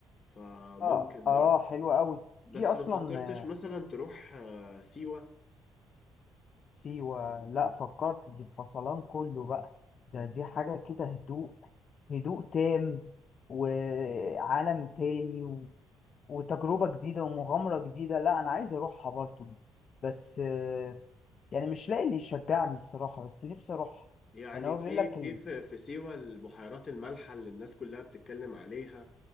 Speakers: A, on the left; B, on the left.
A: فممكن
B: اه اه
A: برضه
B: آه، حلوة أوي
A: بس
B: في أصلا
A: ما فكرتش
B: آه،
A: مثلا تروح آه، سيوة
B: سيوة لأ فكرت دي فصلان كله بقى ده دي حاجة كده هدوء هدوء تام وعالم تاني و... وتجربة جديدة ومغامرة جديدة لأ أنا عايز أروحها برضه بس آه، يعني مش لاقي اللي يشجعني الصراحة بس نفسي أروحها
A: يعني
B: يعني هو
A: في
B: بيقول لك
A: في في في سيوة البحيرات المالحة اللي الناس كلها بتتكلم عليها